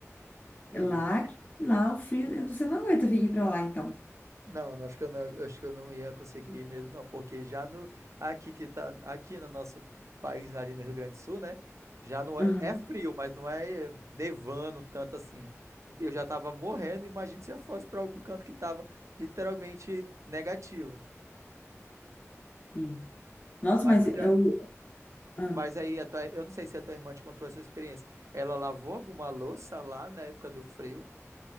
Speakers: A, on the right (about 70°); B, on the left (about 30°).
A: E-
B: Lá, lá o frio, você não aguenta vir pra lá, então.
A: não, acho que eu não, acho que eu não ia conseguir ir mesmo, não, porque já no aqui que tá aqui no nosso país ali no Rio Grande do Sul, né? Já não
B: Aham.
A: é, é frio, mas não é nevando tanto assim. Eu já tava morrendo, imagina se eu fosse pra algum canto que tava literalmente negativo.
B: É. Nossa,
A: Mas
B: mas
A: tu já
B: eu. ah.
A: Mas aí, a tua- eu não sei se a tua irmã te contou essa experiência. Ela lavou alguma louça lá na época do frio?